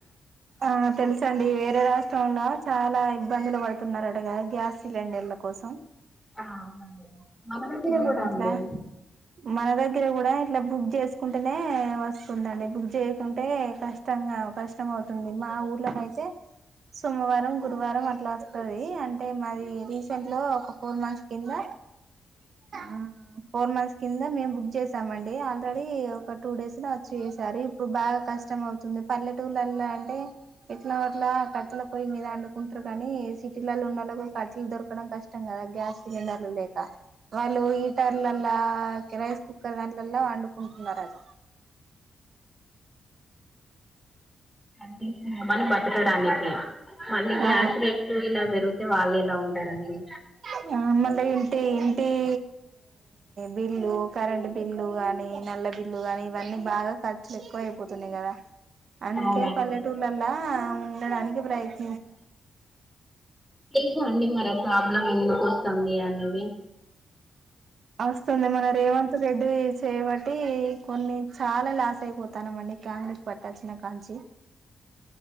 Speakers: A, on the right; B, in the centre.
A: ఆ తెలుసండి, వేరే రాష్ట్రంల చాలా ఇబ్బందులు పడుతున్నరట కదా గ్యాస్ సిలిండర్ల కోసం.
B: ఆ అవునండి. మన దగ్గర
A: ఉమ్
B: కూడా
A: అట్లా
B: అండి.
A: మన దగ్గర కూడా ఇట్లా బుక్ చేసుకుంటేనే వస్తుందండి. బుక్ చేయకుంటే కష్టంగా కష్టం అవుతుంది. మా ఊర్లోకైతే సోమవారం, గురువారం అట్ల అస్తది అన్ టే మాది రీసెంట్ లో, ఒక ఫోర్ మంత్స్ కింద ఉమ్ ఫోర్ మంత్స్ కింద మేము బుక్ చేసామండి ఆల్రెడీ ఒక టూ డేస్ లో వచ్చి వేసారు. ఇప్పుడు బాగా కష్టం అవుతుంది, పల్లెటూల్లలా అంటే ఎట్లనోట్ల కట్టల పొయ్యి మీద అండుకుంటరు కనీ, సిటీలలో ఉన్నోళ్లకు కట్టలు దొరకడం కష్టం కదా గ్యాస్ సిలిండర్లు లేక. వాళ్ళు ఈటర్లలా ఒకే. రైస్ కుక్కర్ దాంట్లల్లా అండుకుంటున్నరటా?
B: <inaudible> పెట్టడానికి, మళ్ళీ గ్యాస్
A: ఆ
B: రేట్లు ఇలా పెరుగు తే వాళ్ళు ఎలా ఉంటారండి?
A: ఆ ఆ మళ్ల ఇంటి ఇంటివి బిళ్ళు కరెంట్ బి బిల్లు కాని, నల్ల బిల్లు గాని ఇవన్నీ బాగా ఖర్చులేక్కువయిపోతున్నయ్ గదా? అందుకే
B: అవునండి
A: పల్లెటూర్లలా ఉండడానికి ప్రయత్న
B: తెలుసా అండి మరి ఆపు ప్రాబ్లం ఎందుకు వస్తుంది అనేది
A: వస్తుంది మన రేవంత్ రెడ్డి చేబాట్టి కొన్ని చాలా లాస్ అయిపోతానమండి కాంగ్రెస్ పార్టీ వచ్చినకాంచి